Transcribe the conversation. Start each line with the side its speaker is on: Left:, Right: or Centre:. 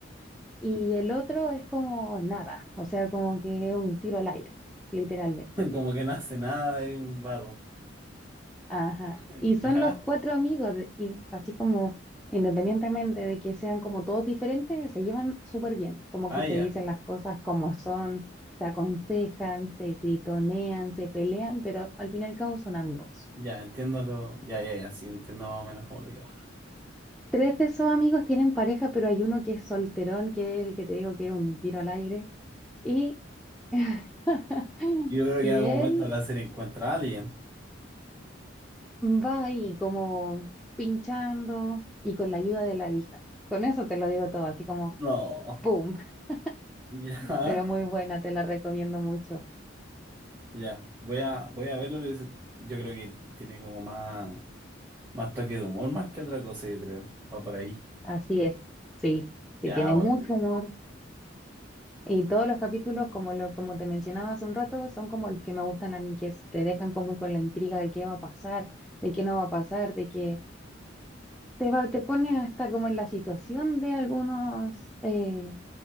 Centre: y el otro es como nada, o sea, como que es un tiro al aire, literalmente.
Right: <laughs> Como que no hace nada, es un vago.
Centre: Ajá.
Right: <laughs>
Centre: Y son
Right: Ya,
Centre: los cuatro amigos, de- y así como independientemente de que sean como todos diferentes, se llevan súper bien, como
Right: ah,
Centre: que se
Right: ya,
Centre: dicen las cosas como son, se aconsejan, se gritonean, se pelean, pero al fin y al cabo son amigos.
Right: ya, entiendo lo, ya, ya, ya, sí, entiendo más o menos cómo lo que va.
Centre: Tres de esos amigos tienen pareja, pero hay uno que es solterón, que es el que te digo que es un tiro al aire, y, <laughs>
Right: Y Yo creo
Centre: y
Right: que en algún
Centre: él
Right: momento la serie encuentra a alguien.
Centre: va ahí como pinchando y con la ayuda de la hija. Con eso te lo digo todo, así como...
Right: No,
Centre: ¡Pum! <laughs>
Right: <laughs> ya,
Centre: Pero muy buena, te la recomiendo mucho.
Right: ya, voy a, voy a verlo, pero es- yo creo que tiene como más, más toque de humor más que otra cosa, yo creo, va por ahí.
Centre: Así es, sí,
Right: Ya,
Centre: sí, tiene
Right: bueno.
Centre: mucho humor. Y todos los capítulos, como, lo, como te mencionaba hace un rato, son como los que me gustan a mí, que es- te dejan como con la intriga de qué va a pasar, de qué no va a pasar, de que te, va, te pone hasta como en la situación de algunos eh,